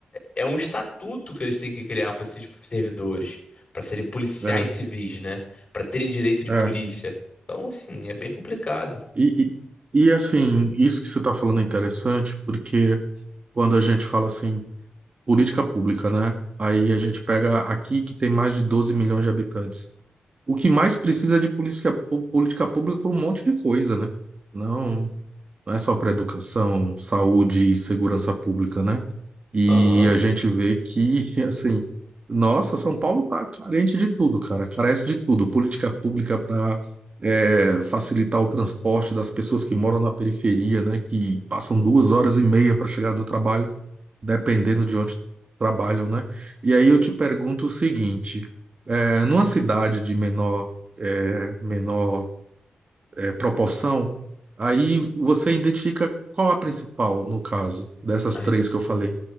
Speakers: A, on the left (about 40°); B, on the right (about 40°).
A: é um estatuto que eles têm que criar para esses servidores, para serem policiais
B: É,
A: civis, né? Para terem direito de
B: é.
A: polícia. Então, assim, é bem complicado.
B: E, e, e, assim, isso que você está falando é interessante, porque quando a gente fala assim, política pública, né? Aí a gente pega aqui que tem mais de 12 milhões de habitantes. O que mais precisa é de política, política pública para um monte de coisa, né? Não. não é só para educação, saúde e segurança pública, né? E
A: Aham.
B: a gente vê que, <laughs> assim, nossa, São Paulo está carente de tudo, cara, carece de tudo. Política pública para facilitar o transporte das pessoas que moram na periferia, né? Que passam duas horas e meia para chegar no trabalho, dependendo de onde trabalham, né? E aí eu te pergunto o seguinte: é, numa cidade de menor, eh, menor é, proporção, aí você identifica qual a principal, no caso, dessas
A: Ai,
B: três que eu falei.